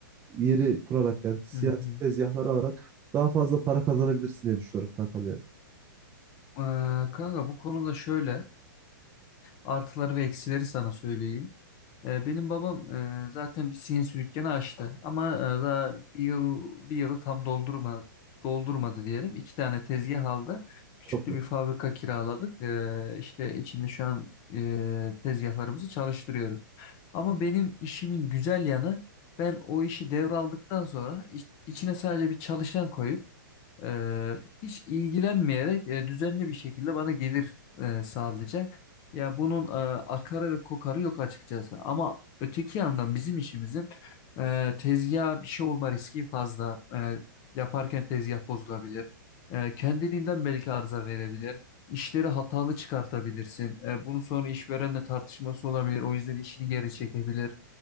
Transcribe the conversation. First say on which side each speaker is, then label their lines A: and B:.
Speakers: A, on the right; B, on the left.
A: yeri kurarak yani CNC
B: Hı hı.
A: tezgahları alarak daha fazla para kazanabilirsin diye düşünüyorum kankam yani.
B: Ee, kanka bu konuda şöyle artıları ve eksileri sana söyleyeyim. Ee, benim babam e, zaten bir CNC dükkanı açtı ama e, daha bir yıl bir yılı tam doldurma doldurmadı diyelim. İki tane tezgah aldı. Küçük
A: Çok
B: de
A: net.
B: bir fabrika kiraladık. Ee, işte içinde şu an e, tezgahlarımızı çalıştırıyoruz. Ama benim işimin güzel yanı ben o işi devraldıktan sonra iç- içine sadece bir çalışan koyup e, hiç ilgilenmeyerek e, düzenli bir şekilde bana gelir e, sağlayacak. Ya bunun e, akarı ve kokarı yok açıkçası. Ama öteki yandan bizim işimizin e, tezgaha bir şey olma riski fazla. E, yaparken tezgah bozulabilir. E, kendiliğinden belki arıza verebilir. İşleri hatalı çıkartabilirsin. E, bunun sonra işverenle tartışması olabilir. O yüzden işini geri çekebilir.